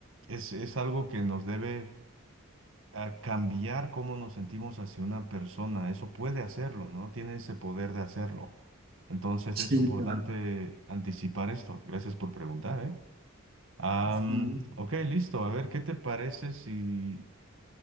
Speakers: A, on the right (about 65°); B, on the right (about 45°).
A: es, es algo que nos debe a cambiar cómo nos sentimos hacia una persona. Eso puede hacerlo, ¿no? Tiene ese poder de hacerlo. Entonces
B: Sí,
A: es importante
B: claro.
A: anticipar esto. Gracias por preguntar, ¿eh? Am,
B: sí.
A: ok, listo. A ver, ¿qué te parece si,